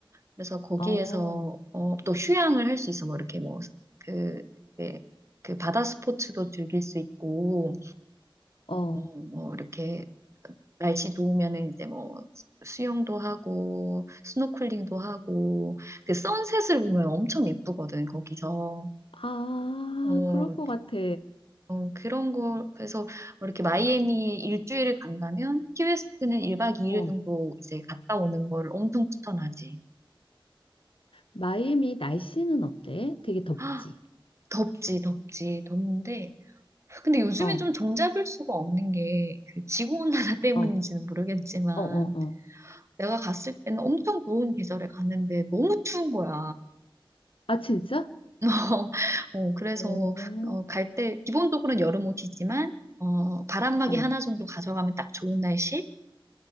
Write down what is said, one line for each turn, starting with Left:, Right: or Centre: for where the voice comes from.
Right: 그래서 거기에서
Left: 어,
Right: 어, 또 휴양을 할 수 있어. 뭐 이렇게 뭐그 그 네, 그 바다 스포츠도 즐길 수 있고
Left: 어,
Right: 어, 뭐 이렇게 날씨 좋으면은 이제 뭐 수영도 하고 스노클링도 하고 그 선셋을 보면 엄청 예쁘거든 거기서
Left: 아,
Right: 어,
Left: 그럴 것 같아.
Right: 어 그런 거 그래서 뭐 이렇게 마이애미 일주일을 간다면 키웨스트는 1박 2일
Left: 어,
Right: 정도 이제 갔다 오는 걸 엄청 추천하지
Left: 마이애미 날씨는 어때? 되게 덥지?
Right: 아 덥지 덥지 덥는데 근데 요즘엔
Left: 어,
Right: 좀 정잡을 수가 없는 게 그 지구온난화 <laughs> 때문인지는
Left: 어,
Right: 모르겠지만
Left: 어, 어, 어.
Right: 내가 갔을 때는 엄청 더운 계절에 갔는데 너무 추운 거야.
Left: 아, 진짜?
Right: <laughs> 어, 그래서,
Left: 오,
Right: 어, 갈 때, 기본적으로는 여름 옷이지만, 어, 바람막이
Left: 어,
Right: 하나 정도 가져가면 딱 좋은 날씨?